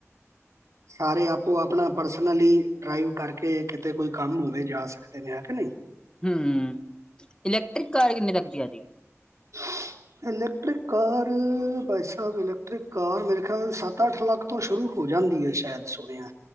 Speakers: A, on the right; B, on the left.
A: <inaudible> ਸਾਰੇ ਆਪੋ ਆਪਣਾ ਪਰਸਨਲੀ ਡਰਾਈਵ ਕਰਕੇ ਕਿਤੇ ਕੋਈ ਕੰਮ ਹੋਵੇ ਜਾ ਸਕਦੇ ਨੇ ਹੈ ਕੇ ਨਹੀਂ।
B: ਹੂੰ, ਇਲੈਕਟ੍ਰਿਕ ਕਾਰ ਕਿੰਨੇ ਤੱਕ ਦੀ ਆਜੇਗੀ?
A: <unintelligible> ਇਲੈਕਟ੍ਰਿਕ ਕਾਰ ਭਾਈ ਸਾਬ ਇਲੈਕਟ੍ਰਿਕ ਕਾਰ ਮੇਰੇ ਖਿਆਲ ਸੱਤ ਅੱਠ ਲੱਖ ਤੋਂ ਸ਼ੁਰੂ ਹੋ ਜਾਂਦੀ ਐ ਸ਼ੈਦ ਸੁਣਿਆ।